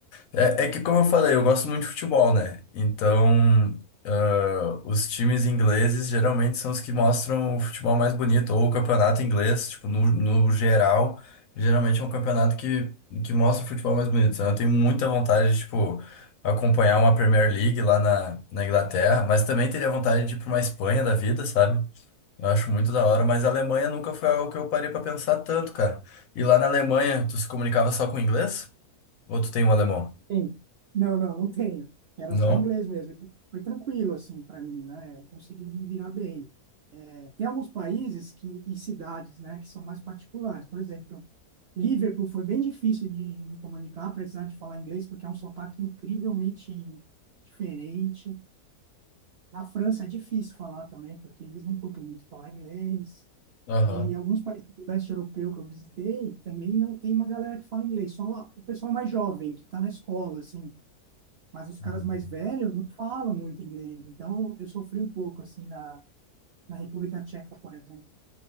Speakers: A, on the left (about 65°); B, on the right (about 70°).
A: é, é que, como eu falei, eu gosto muito de futebol, né? Então, ah, os times ingleses geralmente são os que mostram o futebol mais bonito, ou o campeonato inglês, tipo, no, no geral, geralmente é um campeonato que, que mostra o futebol mais bonito. Então, eu tenho muita vontade de, tipo, acompanhar uma Premier League lá na, na Inglaterra, mas também teria vontade de ir para uma Espanha da vida, sabe? Eu acho muito da hora, mas a Alemanha nunca foi algo que eu parei pra pensar tanto, cara. E lá na Alemanha, tu se comunicava só com inglês? Ou tu tem um alemão?
B: Sim. Não, não, não tenho. Era
A: Não?
B: só inglês mesmo. E Foi tranquilo, assim, para mim, né? Eu consegui me virar bem. É, tem alguns países que, e cidades, né, que são mais particulares. Por exemplo, Liverpool foi bem difícil de me comunicar, apesar de falar inglês, porque é um sotaque incrivelmente diferente. Na França é difícil falar também, porque eles não curtem muito falar inglês.
A: Aham.
B: E alguns países do leste europeu que eu visitei também não tem uma galera que fala inglês, só o pessoal mais jovem que está na escola, assim. Mas os
A: Uhum.
B: caras mais velhos não falam muito inglês. Então eu sofri um pouco, assim, na, na República Tcheca, por exemplo.